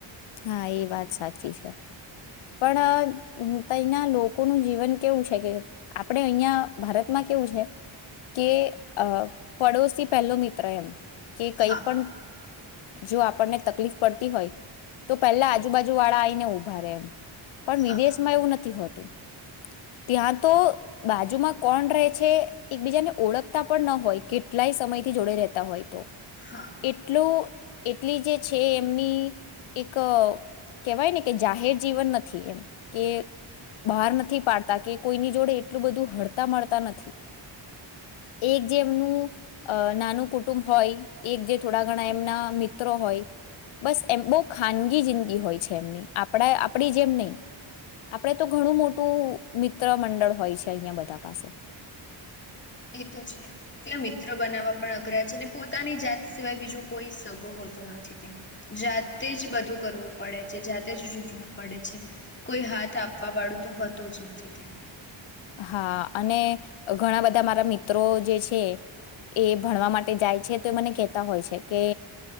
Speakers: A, on the left; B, on the left.
A: હા એ વાત સાચી છે પણ તયના લોકોનું જીવન કેવું છે કે આપણે અહિયાં ભારતમાં કેવું છે કે અ પડોશ પહેલો મિત્ર એમ કે
B: હા
A: કઈ પણ જો આપણને તકલીફ પડતી હોય તો પેલા આજુબાજુ વાળા આવીને ઊભા રહેે એમ પણ
B: હા.
A: વિદેશમાં એવું નથી હોતું ત્યાં તો બાજુમાં કોણ રહે છે એકબીજાને ઓળખતા પણ ન હોય કેટલાય સમયથી જોડે રહેતા હોય તો
B: હા
A: એટલું એટલી જે છે એમની એક કહેવાય ને કે જાહેર જીવન નથી એ બહાર નથી પાડતા કે કોઈની જોડે એટલું બધું હળતા મળતા નથી એક જે એમનું નાનું કુટુંબ હોય એક જે થોડા ઘણા એમના મિત્રો હોય બસ એમ બહ ખાનગી જિંદગી હોય છે એમની આપણા આપડી જેમ નહી આપડે તો ઘણું મોટું મિત્ર મંડળ હોય છે અહિયાં બધા પાસે
B: એ તો છે ત્યાં મિત્ર બનાવવા પણ અઘરા છે ને પોતાની જાત સિવાય બીજું કોઈ સગો હોતો નથી ત્યાં જાતે જ બધું કરવું પડે છે જાતે જ રૂજવું પડે છે કોઈ હાથ આપવા વાળું તો હોતું જ નથી ત્યાં
A: હા અને ઘણા બધા મારા મિત્રો જે છે એ ભણવા માટે જાય છે તો એ મને કહેતા હોય છે કે